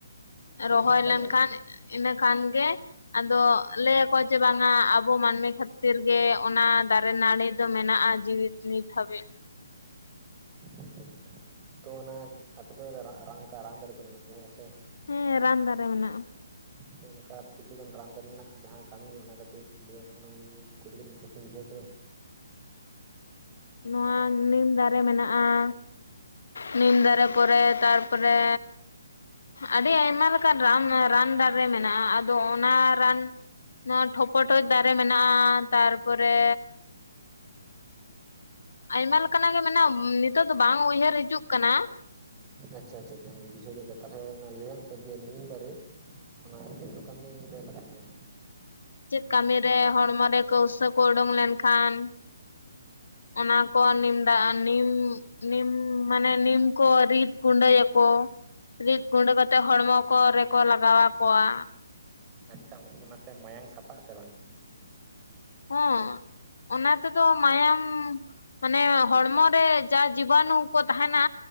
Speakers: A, on the right; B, on the left.
A: ᱦᱳᱭ
B: ᱨᱚᱦᱚᱭ
A: ᱚᱱᱠᱟᱜᱮ
B: ᱞᱮᱱᱠᱷᱟᱱ ᱤᱱᱟᱹ ᱠᱷᱟᱱ ᱜᱮ ᱟᱫᱚ ᱞᱟᱹᱭᱟᱠᱚᱣᱟ ᱡᱮ ᱵᱟᱝᱟ ᱟᱵᱚ ᱢᱟᱹᱱᱢᱤ ᱠᱷᱟᱹᱛᱤᱨ ᱛᱤᱨ ᱜᱮ ᱚᱱᱟ ᱫᱟᱨᱮ ᱱᱟᱹᱲᱤ ᱫᱚ ᱢᱮᱱᱟᱜᱼᱟ ᱡᱤᱣᱤᱫ ᱱᱤᱛ ᱦᱟᱹᱵᱤᱡ
A: ᱟᱪᱪᱷᱟ ᱟᱪᱪᱷᱟ ᱛᱚ ᱚᱱᱟ ᱟᱯᱮ ᱥᱮᱫ ᱨᱮ ᱨᱟᱝᱠᱟ ᱨᱟᱱ ᱫᱟᱨᱮ ᱠᱚ ᱢᱮᱱᱟᱜ ᱜᱮᱭᱟ ᱥᱮ
B: ᱦᱮᱸ ᱨᱟᱱ ᱫᱟᱨᱮ ᱢᱮᱱᱟᱜᱼᱟ
A: ᱛᱚ ᱚᱱᱠᱟ ᱠᱤᱪᱷᱩᱜᱟᱱ ᱨᱟᱱ ᱫᱟᱨᱮ ᱨᱮᱱᱟᱜ ᱡᱟᱦᱟᱸ ᱠᱟᱹᱢᱤ ᱚᱱᱟ ᱠᱟᱹᱴᱤᱡ ᱞᱟᱹᱭᱟᱜ ᱠᱷᱟᱱ ᱱᱮᱢ ᱠᱩᱫᱤᱜᱟᱱ ᱠᱩᱥᱤᱧ ᱵᱩᱡᱷᱟᱹᱣ ᱠᱮᱫᱟ
B: ᱱᱚᱣᱟ ᱱᱤᱢ ᱫᱟᱨᱮ ᱢᱮᱱᱟᱜᱼᱟ ᱱᱤᱢ ᱫᱟᱨᱮ ᱯᱚᱨᱮ ᱛᱟᱨᱯᱚᱨᱮ ᱟᱹᱰᱤ ᱟᱭᱢᱟ ᱞᱮᱠᱟᱱ ᱨᱟᱱ ᱨᱟᱱ ᱫᱟᱨᱮ ᱢᱮᱱᱟᱜᱼᱟ ᱟᱫᱚ ᱚᱱᱟ ᱨᱟᱱ ᱱᱚᱣᱟ ᱴᱷᱚᱯᱚ ᱴᱚᱡ ᱫᱟᱨᱮ ᱢᱮᱱᱟᱜᱼᱟ ᱛᱟᱨᱯᱚᱨᱮ ᱟᱭᱢᱟ ᱞᱮᱠᱟᱱᱟᱜ ᱜᱮ ᱢᱮᱱᱟᱜᱼᱟ ᱱᱤᱛᱚᱜ ᱫᱚ ᱵᱟᱝ ᱩᱭᱦᱟᱹᱨ ᱦᱤᱡᱩᱜ ᱠᱟᱱᱟ
A: ᱟᱪᱪᱷᱟ ᱟᱪᱪᱷᱟ ᱡᱟᱦᱟᱧ ᱵᱩᱡᱷᱟᱹᱣ ᱠᱮᱫ ᱜᱮᱭᱟ ᱛᱟᱦᱚᱞᱮ ᱚᱱᱟ ᱞᱟᱹᱭᱟᱜᱢᱮ ᱥᱮ ᱡᱮ ᱱᱤᱢ ᱫᱟᱨᱮ ᱚᱱᱟ ᱪᱮᱫ ᱠᱚ ᱠᱟᱹᱢᱤᱨᱮ ᱞᱟᱜᱟᱜ ᱜᱮᱭᱟ
B: ᱪᱮᱫ ᱠᱟᱹᱢᱤᱨᱮ
A: ᱨᱟᱱ
B: ᱦᱚᱲᱢᱚ ᱨᱮ ᱠᱟᱹᱣᱥᱟᱹ ᱠᱚ ᱩᱰᱩᱝ ᱞᱮᱱᱠᱷᱟᱱ ᱚᱱᱟ ᱠᱚ ᱱᱤᱢ ᱫᱟᱜ ᱱᱤᱢ ᱱᱤᱢ ᱢᱟᱱᱮ ᱱᱤᱢ ᱠᱚ ᱨᱤᱫ ᱜᱩᱸᱰᱟᱹᱭᱟᱠᱚ ᱨᱤᱫ ᱜᱩᱸᱰᱟᱹ ᱠᱟᱛᱮᱜ ᱦᱚᱲᱢᱚ ᱠᱚᱨᱮᱠᱚ ᱞᱟᱜᱟᱣ ᱟᱠᱚᱣᱟ
A: ᱟᱪᱪᱷᱟ ᱚᱱᱟᱛᱮ ᱢᱟᱭᱟᱝ ᱥᱟᱯᱷᱟᱜ ᱟᱥᱮ ᱵᱟᱝ
B: ᱦ ᱚᱱᱟ ᱛᱮᱫᱚ ᱢᱟᱭᱟᱢ ᱢᱟᱱᱮ ᱦᱚᱲᱢᱚ ᱨᱮ ᱡᱟ ᱡᱤᱵᱟᱱᱩ ᱠᱚ ᱛᱟᱦᱮᱱᱟ